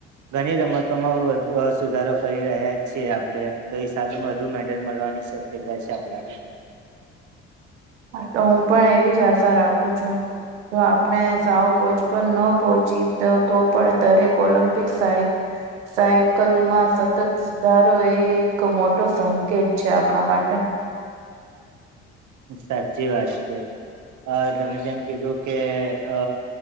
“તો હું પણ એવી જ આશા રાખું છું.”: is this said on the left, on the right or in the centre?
Right